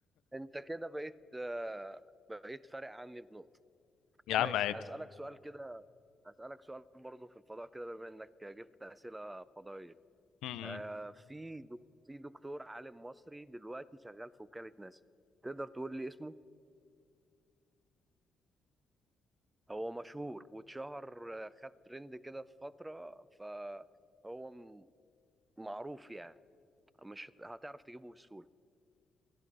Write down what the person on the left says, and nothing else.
<laughs> يا
عم عادي
م-
م.